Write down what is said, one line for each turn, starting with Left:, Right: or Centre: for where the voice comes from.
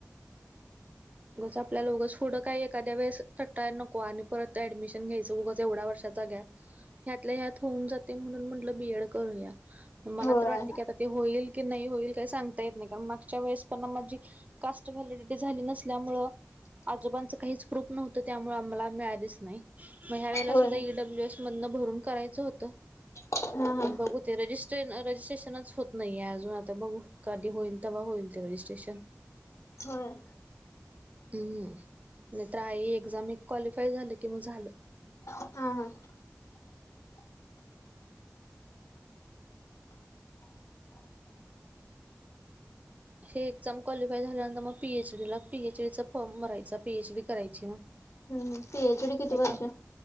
Right: ब आपल्या लोगंच पुोढं काही एखाद्याेळेस टटार नको आणि परत ऍडमिशन घ्यायचं बगच एवढ्या वर्षाचा गॅप. ह्यातल्या ह्यात होऊन जाते म्हणून म्हटलं बीएड करूया. मला
Left: होय
Right: तर वाटते की आता ते होईल की नाही होईल काही सांगता येत नाही कारण मागच्या वेळेस पणना माझी कास्ट व्हॅलिडिटी झाली नसल्यामुळ आजोबांचं काहीच प्र्रूप नव्हतं त्यामुळे आम्हाला मिळालेच नाही मग ह्या वेळेला
Left: होय
Right: सुद्धा ईडब्ल्यूएस मधनं भरून करायचं होतं.
Left: हा हा
Right: पण बघू ते रजिस्ट्रे रजिस्ट्रेशनच होत नाहीये अजून आता बघू काधी होईल तेव्हा होईल ते रजिस्ट्रेशन.
Left: होय.
Right: हम् नाही तर आई एक्झाम एक क्वालिफाय झालं कि म झालं.
Left: हा हा.
Right: हे एक्झाम क्वालिफाय झाल्यानंतर मग पीएच डी ला पीएच डी चा फॉर्म भरायचा पीएच डी करायची मग
Left: हम्म पिएच डी किती
Right: हे
Left: वर्ष?
Right: काय